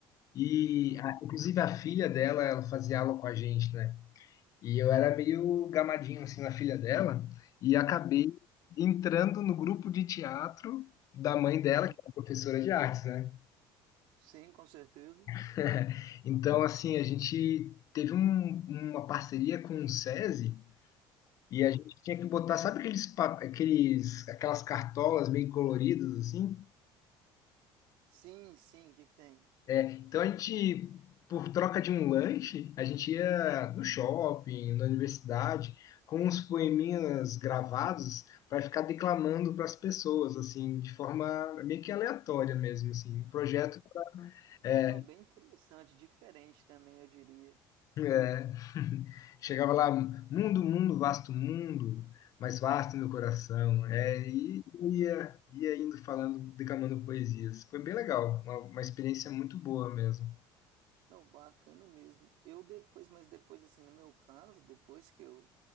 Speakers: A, on the left (about 40°); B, on the right (about 70°).
A: E
B: Uhum.
A: a- inclusive a filha dela, ela fazia aula com a gente, né? E eu era meio gamadinho assim na filha dela e acabei entrando no grupo de teatro da mãe dela,
B: Hum,
A: que é uma professora de artes, né?
B: sim, com certeza.
A: <laughs> Então, assim, a gente teve um- uma parceria com o SESI e
B: Hum,
A: a gente tinha que botar, sabe aqueles, pa- aqueles aquelas cartolas meio coloridas assim?
B: sim, sim, o que que tem?
A: Então a gente, por troca de um lanche, a gente ia no shopping, na universidade, com uns poeminhas gravados para ficar declamando para as pessoas, assim, de forma meio que aleatória mesmo, assim, um projeto. é,
B: Não, bem interessante, diferente também, eu diria.
A: <laughs> chegava lá, mundo, mundo, vasto mundo, mais vasto meu coração. É, e ia, ia indo falando, declamando poesias. Foi bem legal, uma, uma experiência muito boa mesmo.
B: Não, bacana mesmo. Eu depois, mas depois, assim, no meu caso, depois que eu